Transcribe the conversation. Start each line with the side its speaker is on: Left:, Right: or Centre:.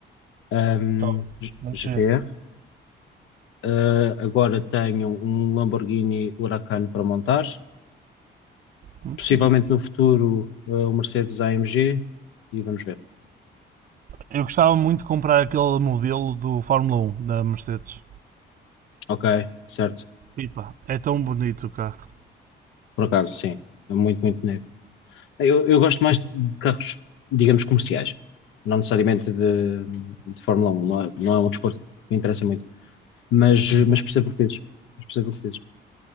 Left: ahm,
Right: Top.
Left: G-
Right: Muito
Left: GTR.
Right: giro.
Left: Ah, agora tenho um Lamborghini Huracan para montar.
Right: Muito
Left: Possivelmente
Right: fixe.
Left: no futuro, ah, um Mercedes AMG e vamos ver.
Right: Eu gostava muito de comprar aquele modelo do Fórmula Um da Mercedes.
Left: Ok, certo.
Right: Pipa, é tão bonito o carro.
Left: Por acaso, sim. É muito, muito bonito. Eu, eu gosto mais de carros, digamos, comerciais. Não necessariamente de, de Fórmula 1. Não é, não é um desporto que me interessa muito. Mas,
Right: Uhum.
Left: mas percebo o que dizes. Mas percebo o que dizes.